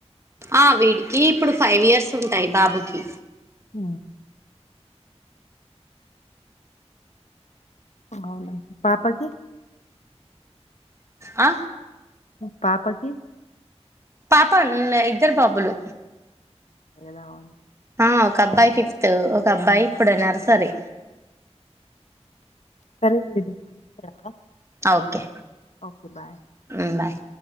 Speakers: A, on the right; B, on the left.
A: ఆ వీడికి ఇప్పుడు ఫైవ్ ఇయర్స్ ఉంటాయి బాబుకి
B: అ అవునా పాపకి
A: ఆ
B: పాపకి
A: పాప ఇద్దరు బాబులు
B: ఎలా ఉ
A: ఆ ఒక అబ్బాయి ఫిఫ్త్ ఒక అబ్బాయి ఇప్పుడు నర్సరీ
B: సరే <inaudible>
A: ఓకే
B: ఓకే బాయ్
A: ఉమ్ బాయ్